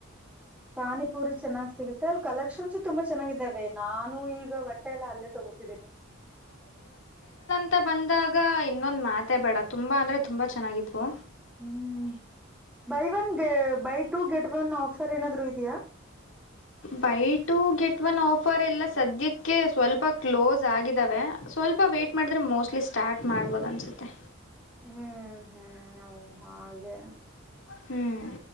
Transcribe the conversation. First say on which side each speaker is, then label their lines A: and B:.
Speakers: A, in the centre; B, on the left.
A: ಪಾನಿಪುರಿ ಚೆನ್ನಾಗ್ ಸಿಗುತ್ತೆ ಅಲ್ಲಿ ಕಲೆಕ್ಷನ್ಸು ತುಂಬಾ ಚೆನ್ನಾಗಿದ್ದಾವೆ ನಾನು ಈಗ ಬಟ್ಟೆ ಎಲ್ಲ ಅಲ್ಲೇ ತಗೋತಿದ್ದೀನಿ
B: ಮತ್ತ ಬಂದಾಗ ಇನ್ನೊಂದ್ ಮಾತೆ ಬೇಡ ತುಂಬಾ ಅಂದ್ರೆ ತುಂಬಾ ಚೆನ್ನಾಗಿದ್ವು
A: ಹ್ಮ್ buy one buy two get one offer ಏನಾದ್ರು ಇದೆಯಾ
B: buy two get one offer ಎಲ್ಲ ಸದ್ಯಕ್ಕೆ ಸ್ವಲ್ಪ ಕ್ಲೋಸ್ ಆಗಿದ್ದಾವೆ ಸ್ವಲ್ಪ ವೇ್ಟಟ್ ಮಾಡಿದ್ರೆ ಮೋಸ್ಟ್ಲಿ ಸ್ಟಾರ್ಟ್ ಮಾಡ್ಬೋದು ಅನ್ಸುತ್ತೆ
A: ಹ್ಮ್ ಹ್ಮ್ ಹಾಗೆ
B: ಹ್ಮ್